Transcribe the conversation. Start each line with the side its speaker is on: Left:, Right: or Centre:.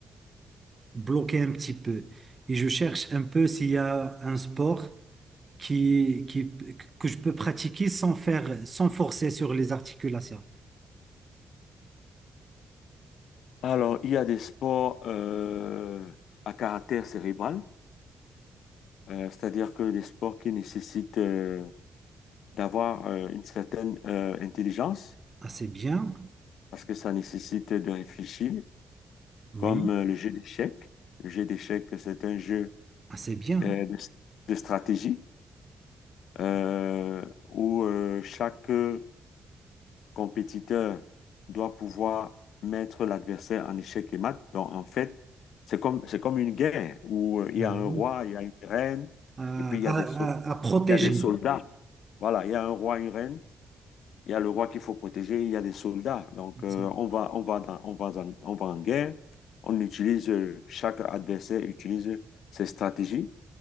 Right: bloqué un petit peu. Et je cherche un peu s'il y a un sport qui, qui, que je peux pratiquer sans faire, sans forcer sur les articulations.
Left: Alors, il y a des sports euh, à caractère cérébral, euh, c'est-à-dire que des sports qui nécessitent euh, d'avoir euh, une certaine euh, intelligence,
Right: Ah, c'est bien.
Left: parce que ça nécessite de réfléchir,
Right: Oui.
Left: comme euh, le jeu d'échecs. Le jeu d'échecs, c'est un jeu
Right: Ah, c'est bien.
Left: euh, de, de stratégie euh, où euh, chaque euh, compétiteur doit pouvoir mettre l'adversaire en échec et mat. Donc, en fait, c'est comme, c'est comme une guerre où euh, il y
Right: Ah
Left: a
Right: oui.
Left: un roi, il y a une reine,
Right: À,
Left: et puis il y
Right: à-
Left: a des, sol-
Right: à- à protéger.
Left: il y a des soldats. Voilà, il y a un roi, une reine, Il y a le roi qu'il faut protéger, il y a des soldats. Donc, euh,
Right: C'est-
Left: on va, on va, dans- on va, en, on va en guerre. On utilise, euh, chaque adversaire utilise ses stratégies